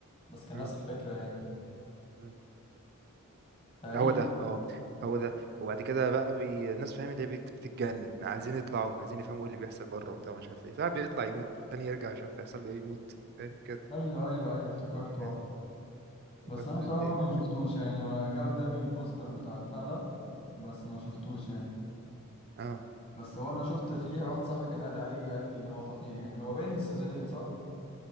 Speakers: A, on the left (about 25°); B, on the right (about 45°).
A: بس كان
B: مم.
A: نفس الفكرة يعني
B: مم.
A: تقريبا
B: هو ده اه هو ده وبعد كده بقى بي... الناس فاهم اللي هي بت- بتتجنن عايزين يطلعوا عايزين يفهموا ايه اللي بيحصل بره وبتاع مش عارف ايه فبيطلع يموت تاني يرجع مش عارف يحصل له ايه يموت فاهم كده
A: ايوه ايوه ايوه افتكرته
B: اه
A: اه بس
B: برضه
A: انا بصراحه
B: دي-
A: برضو ما شفتوش يعني وانا جه قدامي البوستر بتاع البتاع ده بس ما شفتوش يعني
B: اه
A: بس هو انا شفت فيه واحد صاحبي كان قال لي عليه قال لي ان هو خطير يعني هو باين سيزونين صح